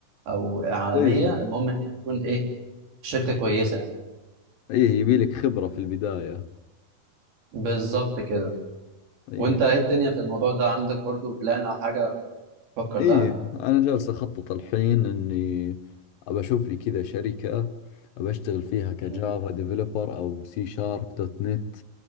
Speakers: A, on the right; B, on the left.
A: أو عالمية
B: إيه إيه
A: المهم إن هي تكون إيه شركة كويسة يعني
B: إيه يبي لك خبرة في البداية
A: بالظبط كده
B: إيه
A: وانت ايه الدنيا في الموضوع ده عندك برضو بلان او حاجة تفكر لها
B: ايه انا جالس اخطط الحين اني ابى اشوف لي كذا شركة ابى اشتغل فيها كجافا
A: مم.
B: ديفلوبر او سي شارب دوت نت